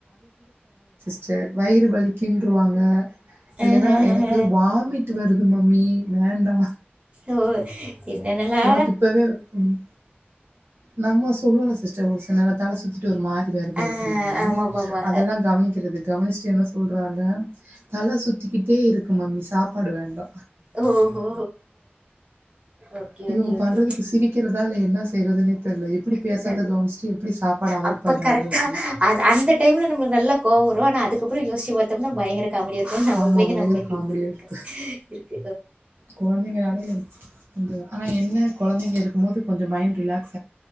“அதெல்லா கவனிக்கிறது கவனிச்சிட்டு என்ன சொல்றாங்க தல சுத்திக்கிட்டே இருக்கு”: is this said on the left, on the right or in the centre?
Right